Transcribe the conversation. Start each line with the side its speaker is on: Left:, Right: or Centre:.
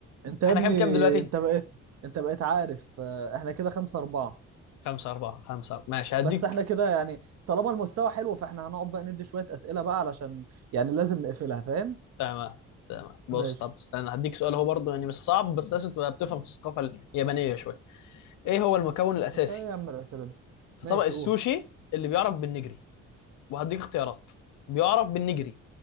Right: انت يا
Left: احنا
Right: ابني
Left: كام كام دلوقتي
Right: انت بقيت انت بقيت عارف آه، احنا كده خمسة أربعة
Left: خمسة أربعة خمسة أربعة ماشي هديك
Right: بس احنا كده يعني طالما المستوى حلو فاحنا هنقعد بقى ندي شوية أسئلة بقى علشان يعني لازم نقفلها فاهم
Left: تمام تمام بص
Right: ماشي
Left: طب استنى هديك سؤال هو برضه يعني مش صعب بس لازم تبقى بتفهم في الثقافة اليابانية شوية ايه هو المكون الأساسي
Right: انت ايه يا عم الأسئلة دي
Left: في
Right: ماشي
Left: طبق السوشي
Right: قول
Left: اللي بيعرف بالنجري وهديك اختيارات بيعرف بالنجري